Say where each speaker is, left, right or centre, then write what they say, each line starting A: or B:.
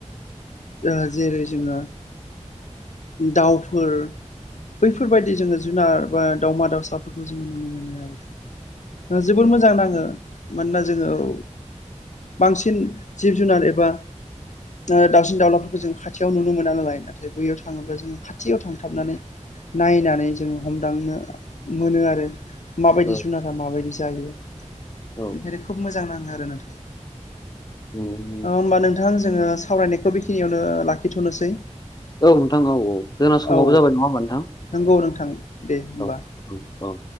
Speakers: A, on the left; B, on the left.
A: ओ जेरै जोङो दाउफोर बैफोरबायादि जोङो जुनार बा दावमा दाउसाफोरखौ जोङो नुनो मोनो आरो। ओ जोबोद मोजां नाङो मानोना जोङोऔ। बांसिन जिब जुनार एबा दावसिन दाउलाफोरखौ जों खाथियाव नुनो मोना नालाय। नाथाय बैयाव थाङोब्ला जोंङो खाथियाव थांथाबनानै। नायनानै जोङो हमदांनो मोनो आरो माबायदि
B: नंगौ
A: जुनार। माबायदि जायो
B: औ
A: बेखायनो खोब मोजां नाङो आरो नोंथां।
B: औ।
A: अ होमबा नोंथां जोङो सावरायनायखौ बेखिनियावनो लाखिथ'नोसै।
B: औ नोंथां औ औ जोंना समाबो
A: औ
B: जाबाय नङा होमबा नोंथां
A: नंगौ नोंथां दे होमबा
B: औ औ औ।